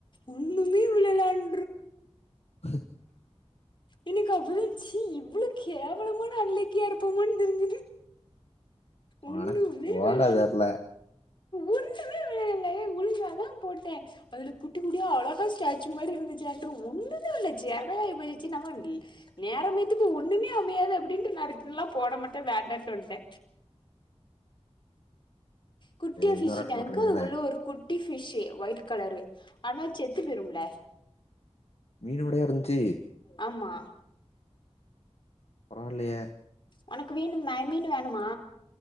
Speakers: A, on the left; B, on the left.
A: ஒன்னுமே விளாண்
B: <inaudible>
A: எனக்கு அப்ப த ச்சி இவ்வளோ கவலமான அன்லக்கியா இருப்போமன் தெரிஞ்சது ஒண்ணுமே
B: உனக்கு போட
A: விழ
B: தெர்ல
A: ஒண்ணுமே விழலயே ஒழுங்காதா போட்ட அதில குட்டி குட்டியா அழகா ஸ்டாச்சு மாரி இருந்துச்சு அன்று ஒன்னுமே இல்ல சரயாயி போச்சி சி நம்ம நேரமயத்துக்கு ஒண்ணுமே அமையாது அப்டின்ட்டு நா ரிட்டன்ல்லா போட மாட்ட வேண்டான்ட்டுவன்ட குட்டியா
B: இன்னொரு
A: ஃபிஷ்
B: ஆட்ட
A: டங்க்கு
B: போட்டுற வேண்டியதான
A: அது உள்ள ஒரு குட் டி ஃபிஷ்சு ஒய்ட் கலரு ஆனா செத்து போயிரும்ல
B: மீனோடயா இருந்துச்சு
A: ஆம்மா
B: பரவால்லய
A: ஒனக்கு வேணுமா மீனு வணுமா